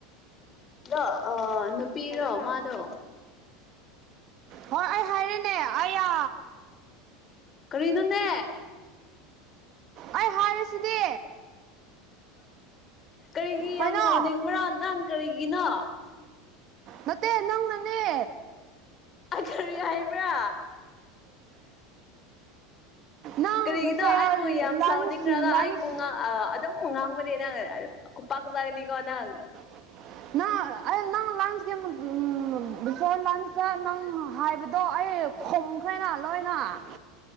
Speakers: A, on the left; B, on the right.
A: ꯑꯗꯣ ꯑꯥ ꯅꯨꯄꯤꯔꯣ ꯃꯥꯗꯣ
B: ꯍꯣꯏ ꯑꯩ ꯍꯩꯔꯦꯅꯦ ꯑꯩꯌꯥ
A: ꯀꯔꯤꯅꯣꯅꯦ
B: ꯑꯩ ꯍꯥꯏꯔꯤꯁꯤꯗꯤ
A: ꯀꯔꯤꯒꯤ
B: ꯀꯩꯅꯣ
A: ꯌꯥꯝ ꯁꯥꯎꯅꯤꯡꯕ꯭ꯔ ꯅꯪ ꯀꯔꯤꯒꯤꯅꯣ
B: ꯅꯠꯇꯦ ꯅꯪꯅꯅꯦ
A: ꯑꯊꯣꯏꯕꯤ ꯍꯥꯏꯕ꯭ꯔꯥ
B: ꯅꯪ
A: ꯀꯔꯤꯒꯤꯅꯣ
B: ꯕꯤꯐꯣꯔ
A: ꯑꯩꯕꯨ ꯌꯥꯝ
B: ꯂꯟꯁ
A: ꯁꯥꯎꯅꯤꯡꯉꯒ
B: ꯂꯟꯁ
A: ꯑꯩꯕꯨ ꯉ ꯑ ꯑꯗꯨꯝ ꯉꯥꯡꯕꯅꯦ ꯅꯪ ꯈꯨꯄꯥꯛ ꯆꯥꯒꯅꯤꯀꯣ ꯅꯪ
B: ꯪ ꯅꯪ ꯑꯩ ꯅꯪ ꯂꯟꯁ <unintelligible> ꯕꯤꯐꯣꯔ ꯂꯟꯁꯇ ꯅꯪ ꯍꯥꯏꯕ ꯗꯣ ꯑꯩ ꯈꯣꯝꯈ꯭ꯔꯦꯅ ꯂꯣꯏꯅ